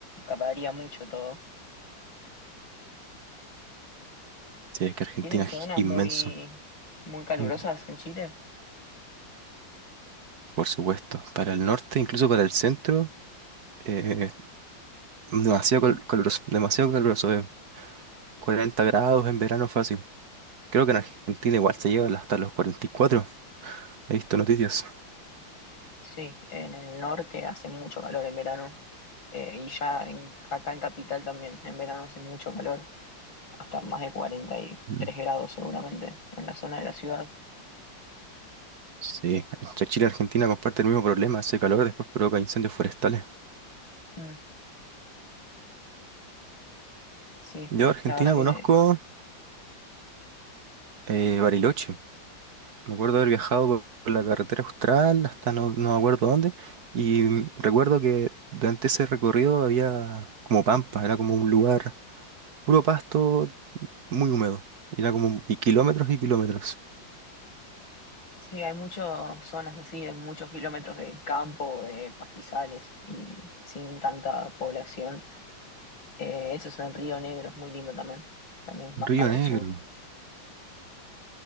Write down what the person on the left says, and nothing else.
varía mucho todo.
¿Tienen zonas
muy, muy calurosas
en Chile?
Sí, en el norte hace mucho calor en verano, eh, y ya en- acá en Capital también, en verano hace mucho calor, hasta más de cuarenta y
tres grados seguramente en la zona de la ciudad.
Mm, sí,
la verdad que
Sí, hay muchas zonas así, de muchos kilómetros de campo, de pastizales y sin tanta población. Eh, eso es en Río Negro, es muy lindo también. También es más
para
el sur.